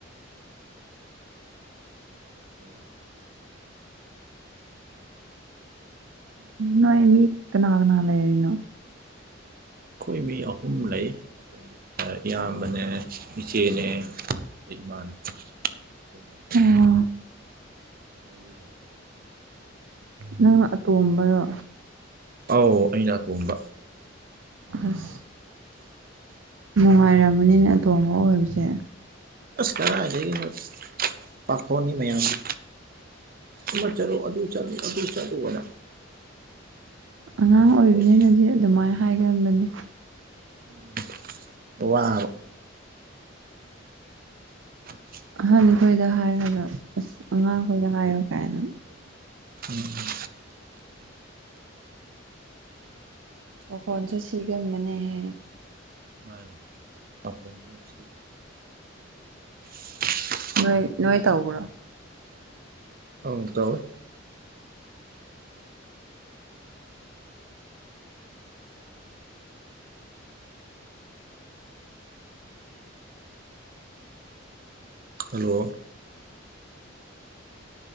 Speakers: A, on the right; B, on the right.
A: <unintelligible>
B: ꯅꯣꯏ ꯃꯤ ꯀꯅꯥ ꯀꯅꯥ ꯂꯩꯔꯤꯅꯣ
A: ꯑꯩꯈꯣꯏ ꯃꯤ ꯑꯍꯨꯝ ꯂꯩ ꯑꯩꯈꯣꯏ ꯏꯌꯥꯝꯕꯅꯦ ꯏꯆꯦꯅꯦ ꯑꯗꯩ ꯏꯃꯥꯅꯦ ꯑꯩꯈꯣꯏ ꯃꯤ ꯃꯔꯤ
B: ꯑꯣ
A: ꯃꯔꯤ ꯂꯩ
B: ꯅꯪꯅ ꯑꯇꯣꯝꯕꯔꯣ
A: ꯑꯧ ꯑꯩꯅ ꯑꯇꯣꯝꯕ
B: ꯑꯁ ꯅꯨꯡꯉꯥꯏꯔꯝꯃꯅꯤꯅꯦ ꯑꯇꯣꯝꯕ ꯑꯣꯏꯕꯁꯦ
A: ꯑꯁ ꯀꯔꯥꯏꯗꯒꯤꯅꯣ ꯄꯥꯈꯣꯟꯅꯤ ꯃꯌꯥꯝꯒꯤ ꯑꯃ ꯆꯠꯂꯨ ꯑꯗꯨ ꯆꯠꯂꯨ ꯑꯗꯨ ꯆꯠꯂꯨ ꯍꯥꯏꯅ
B: ꯑꯉꯥꯡ ꯑꯣꯏꯕꯅꯤꯅꯗꯤ
A: ꯑꯩꯈꯣꯏꯁꯦ
B: ꯑꯗꯨꯃꯥꯏꯟ ꯍꯥꯏꯒꯟꯕꯅꯦ
A: ꯎꯝ ꯋꯥꯕ <inaudible>
B: ꯑꯍꯟ ꯈꯣꯏꯗ ꯍꯥꯏꯔꯣꯗ ꯑꯁ ꯑꯉꯥꯡ ꯈꯣꯏꯗ ꯍꯥꯏꯌꯨ ꯀꯥꯏꯅ
A: ꯎꯝ
B: ꯈꯣꯟꯁꯦ ꯁꯤꯒꯟꯕꯅꯦꯍꯦ
A: <unintelligible>
B: ꯅꯣꯏ ꯅꯣꯏ ꯇꯧꯕ꯭ꯔꯣ
A: ꯑꯧ ꯇꯧꯋꯦ hello